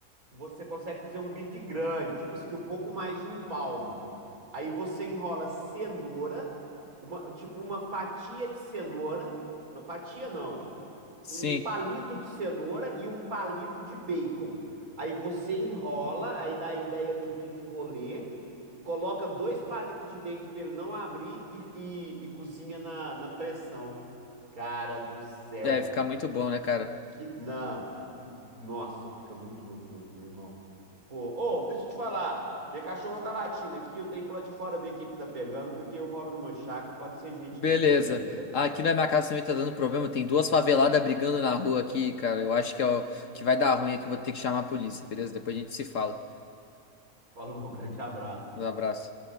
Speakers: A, on the right; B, on the left.
A: você consegue fazer um bife grande, tipo assim, de um pouco mais de um palmo. Aí você enrola cenoura, uma, tipo uma fatia de cenoura, não fatia não,
B: Sim,
A: um palito de cenoura e um palito de bacon. Aí você enrola, aí dá a ideia do bife rolê, coloca dois palitos de dente para ele não abrir e, e- e cozinha na, na pressão. Cara do céu,
B: deve ficar muito bom, né, cara?
A: que, não, pu- nossa, fica muito gostoso, meu irmão. Pô, ô, deixa eu te falar. Minha cachorra tá latindo aqui, eu tenho que ir lá de fora ver o que que tá pegando, porque eu moro numa chácara, pode ser gente
B: Beleza.
A: que entrou aí, beleza?
B: Aqui na minha casa também tá dando problema. Tem duas faveladas brigando na rua aqui, cara. Eu acho que, ó, que vai dar ruim aqui. eu Vou ter que chamar a polícia, beleza? Depois a gente se fala.
A: Falou, <laughs> grande abraço.
B: Um abraço.